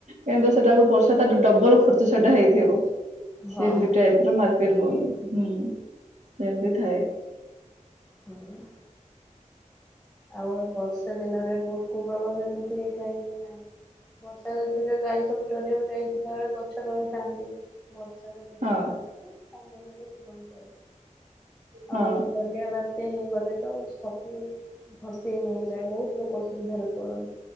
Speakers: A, on the right; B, in the centre.
A: କିନ୍ତୁ ସେଟାକୁ ବର୍ଷା ତା ଡବଲ ଖର୍ଚ୍ଚ ସେଇଟା ହେଇଥିବ।
B: ହଁ।
A: ସେମିତି ଟାଇପ ର ମାର୍କେଟ ବନ୍ଦ ହୁଁ ସେମିତି ଥାଏ।
B: ହୁଁ। ଆଉ ବର୍ଷା ଦିନରେ ବହୁତ କୁପ୍ରଭାବ ଏମିତି ହେଇଥାଏ କି ନାହିଁ। ବର୍ଷା ଋତୁରେ ଗାଈ ସବୁ ଚରିବାକୁ ଯାଇଥିବା ବେଳେ ଗଛ ତଳେ ଥାନ୍ତି। ବର୍ଷା ରେ ବିଜୁଳି
A: ହଁ
B: ମାରିକି ସାଙ୍ଗ ହେଲେ ଜୀବନ ପଳାଏ। ଆଉ
A: ହଁ
B: ବନ୍ୟା ବା ତ୍ୟା ହେଇଗଲେ ତ ସବୁ ଭସେଇ ନେଇଯାଏ ବହୁତ ଲୋକ ଅସୁବିଧାରେ ପଡ଼ନ୍ତି।